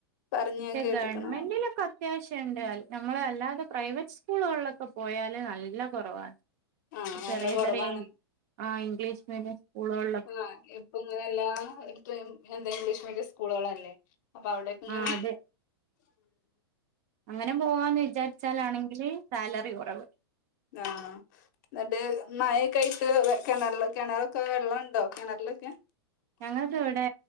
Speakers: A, on the left (about 45°); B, on the right (about 40°).
A: പറഞ്ഞ് ഞാൻ കേട്ട്ക്ക്ണ്
B: ഗവൺമെന്റിലൊക്കെ അത്യാവശ്യ ഉണ്ട്ൽ നമ്മളല്ലാതെെ പ്രൈവറ്റ് സ്കൂളുകളിലൊക്കെ പോയാല് നല്ല കുറവാണ്
A: ആഹ് നല്ല
B: ചെറിയ
A: കുറവാണ്
B: ചെറിയ ആഇമ് ഗ്ലിഷ് മീഡിയം സ്കൂളുകൾ
A: ആഹ ഇപ്പൊ ഇങ്ങനെ എല്ലാ ഇത്ത എന്താ ഇംഗ്ലീഷ് മീഡിയം സ്കൂളുകളൾല്ലേ അപ്പൊ അവിടെക്കെ ഇങ്ങെ
B: ആ അതെ അങ്ങനെ പോവാന്ന് വിചാരിച്ചാലാണെങ്കില് സാലറി കുറവ്
A: ആഹ എന്നട്ട് മഴക്ക ആയിട്ട് കിണറില കിണറൊക്കെ വെള്ളംുണ്ടോ കിണറി അല്ലൊക്ക
B: ഞങ്ങത് ഇവിടെ